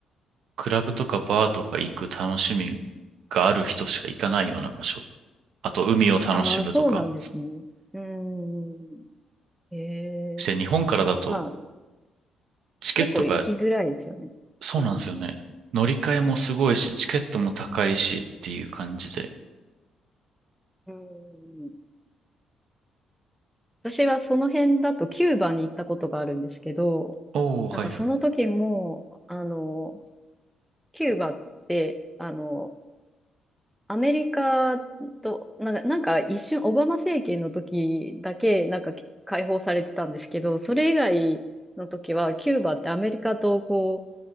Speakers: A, on the right (about 70°); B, in the centre.
A: クラブとかバーとか行く楽しみがある人しか行かないような場所。あと、海を楽しむとか。
B: ああ、そうなんですね。うん。へえ。
A: して、日本からだと、
B: まあ
A: チケットが、
B: 結構行きづらいですよね。
A: そうなんですよね。
B: うん。
A: 乗り換えもすごいし、チケットも高いしっていう感じで。
B: うん。私はその辺だとキューバに行ったことがあるんですけど、
A: おー、
B: なんかその時も、
A: はいはい。
B: あの、キューバって、あの、アメリカと、なんか、なんか一瞬オバマ政権の時だけなんか解放されてたんですけど、それ以外の時はキューバってアメリカとこ